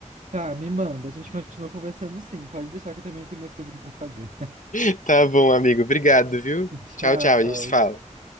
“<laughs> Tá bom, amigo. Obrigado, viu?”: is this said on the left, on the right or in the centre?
Left